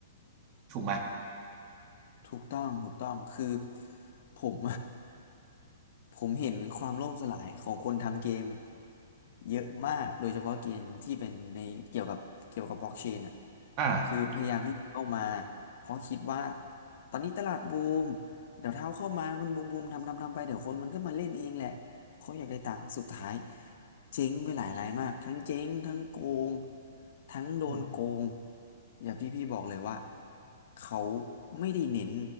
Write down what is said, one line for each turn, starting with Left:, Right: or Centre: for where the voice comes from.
Right: ถูกไหมย
Left: ถูกต้องถูกต้องคือผม <laughs> ผมเห็นความล่มสลายของคนทำเกมเยอะมากโดยเฉพาะเกมที่เป็นในเกี่ยวกับเกี่ยวกับบล็อกเชนอ่ะ
Right: อ่า
Left: คือพยายามที่จะเข้ามาเพราะคิดว่าตอนนี้ตลาดบูมเดี๋ยวเท้าเข้ามามันบูมบูมทำทำทำไปเดี๋ยวคนมันก็มาเล่นเองแหละ เขาอยากได้ตังค์สุดท้ายเจ๊งไปหลายรายมากทั้งเจ๊งทั้งโกงทั้งโดนโกง
Right: อืม
Left: อย่างที่พี่บอกเลยว่าเขาไม่ได้เน้น